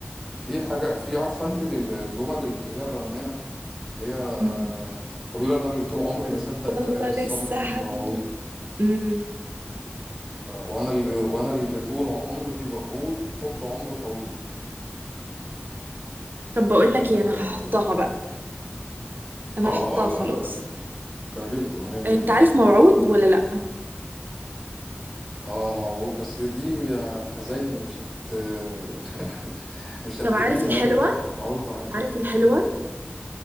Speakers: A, in the centre; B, on the right.
A: في حاجة في عارفة انت الجمل اللي هي الرنانة اللي هي آه
B: امم
A: هو بيقول انا اللي طول عمري بصدق
B: والله
A: كلام الصبر
B: لسه
A: في
B: حبيبي
A: المواويل
B: امم
A: آه وانا اللي وانا اللي طول عمري بقول الحب عمره طويل
B: طب بقول
A: آه
B: لك ايه انا هحطها بقى انا
A: اه
B: هحطها
A: اه لا
B: خلاص
A: هتعجبك هتعجبك اغنيه جميله
B: انت عارف موعود ولا لا
A: اه موعود بس دي يا حزيني مش هت <laughs> مش هتحبيها
B: طب عارف الحلوة
A: قوي يعني موعود معاك
B: عارف الحلوة